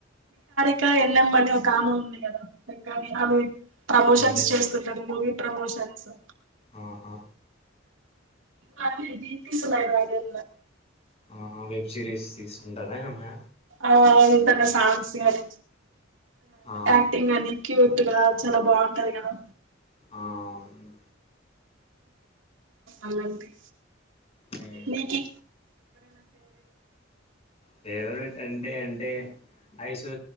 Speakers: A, on the right; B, on the left.
A: ఇంకా ఎన్నఎంబని ఒక ఆమె ఉంది కదానీ ఆమె ప్రమోషన్స్
B: అంటే
A: చేస్తుంటది మూవీ ప్రమోషన్ చ
B: ఆహా
A: love easy it's my love you
B: ఆహా వెబ్ సిరీస్ తీస్తుంటదా ఆమె
A: ఆ ఇంతగ సాంగ్స్ గానీ
B: ఆ
A: ఆక్టింగ్ అనీ క్యూట్ గా చాలా బాంటది కదా
B: అవును
A: అవునండి
B: ఉమ్.
A: మీకి
B: ఫేవరెట్ అంటే అంటే ఐసో